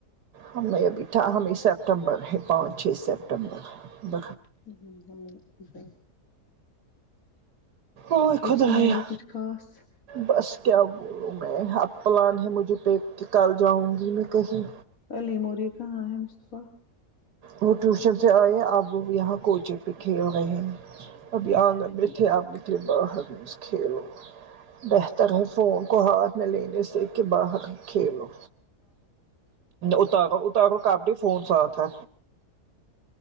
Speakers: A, on the right; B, on the left.
A: ہم میں ابھی تھا ہمیں سپتمبر ہے پانچ چھ سپتمبر
B: ہم ہم هم نے <unintelligible>
A: اور خدایا
B: سنائیے کچھ خاص
A: بس کیا بولو میں اب پلان ہے مجھے پالن کے کل جاؤں گی میں کہیں
B: علیم اور یہ کہاں ہے مصطفی
A: وہ ٹیوشن سے آئے اب وہ یہاں کوچے پہ کھیل رہے ہیں ابھی
B: اچھا
A: آنگن میں
B: ٹھیک
A: بیھٹے تھے اب نکلے باہر بس کھیلو بہتر ہے فون کو ہاتھ میں لینے سے کہ باہر کھیلو اتارو اتارو کاپی فون ساتھ ہے